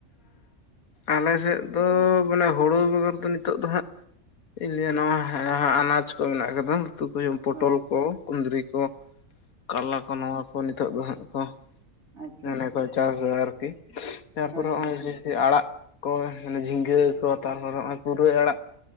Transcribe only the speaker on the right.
ᱦᱳᱭ ᱦᱳᱭ
ᱟᱪᱪᱷᱟ
ᱟᱪᱪᱷᱟ
ᱦᱳᱭ
ᱦᱳᱭ